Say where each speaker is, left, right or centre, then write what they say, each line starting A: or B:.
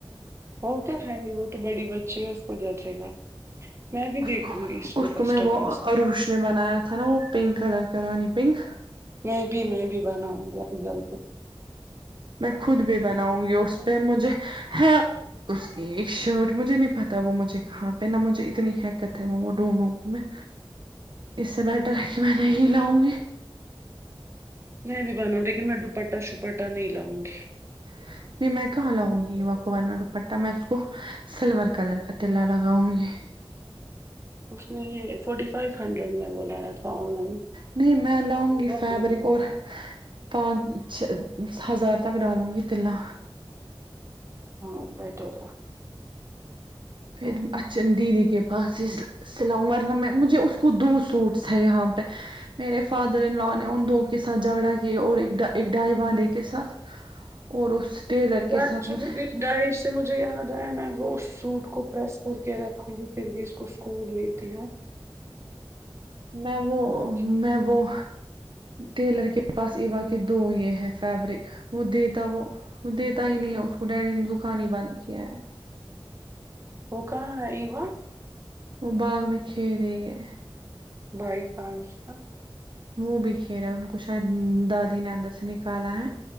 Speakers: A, on the right; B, on the right.
A: وہ تو ہے گی وہ تو بڑی بچی ہے اس کو جچے گا میں بھی
B: اس
A: دیکھوں
B: کو
A: گی
B: اس کو
A: کسٹمائز
B: میں وہ اروش نے بنایا تھا نا وہ پنک کلر رانی پنک
A: میں بھی میں بھی بناؤں گا ایک جل سے
B: میں خود بھی بناؤں گی اس پہ مجھے ہے اس کی ایک شرٹ مجھے نہیں پتا وہ مجھے کہاں پہنا مجھے اتنی حکت ہے میں وہ دونوں کی ہیں اس سے بیٹر ہے کہ میں نہیں لاؤں گی
A: میں بھی بناؤ لیکن میں دوپٹا شپٹا نہیں لاؤں گی
B: نہیں میں کہاں لاؤں گی ورنہ دوپٹہ میں اس کو سلور کلر کا تلا لگاؤں گی
A: اس نے یہ فورٹی فائیو ہنڈریڈ میں منگایا تھا آن لائن
B: نہیں میں لاؤں
A: یہ
B: گی
A: بہت
B: فیبرک
A: مہنگا ہے
B: اور پانچ چ ہزار تک ڈالوں گی تلا
A: ہاں بہتر ہوگا
B: پھر اچن دیدی کے پاس اس سلاؤ ورنہ میں مجھے اس کو دو سوٹس ہے یہاں پہ میرے فادر ان لوء نے ان دو کے ساتھ جھگڑا کیا اور ایک ڈائی والے کے ساتھ اور اس ٹیلر
A: وہ
B: کے
A: ایکچولی
B: ساتھ مجھے
A: کچھ ڈائٹ سے مجھے یاد آیا میں وہ اس سوٹ کو پریس کر کے رکھوں گی پھر بھی اس کو اسکول لیتی ہے
B: میں وہ
A: گی
B: میں وہ ٹیلر کے پاس ایوا کے دو یہ ہے فیبرک وہ دیتا وہ وہ دیتا ہی نہیں ہے اس کو ڈیڈی نے دکان ہی بند کیا ہے
A: وہ کہاں ہے ایوا
B: وہ باغ میں کھیل رہی ہے
A: بھائی کہاں ہے اس کا
B: وہ بھی کھیل را ہے ان کو شاید دادی نے اندر سے نکالا ہے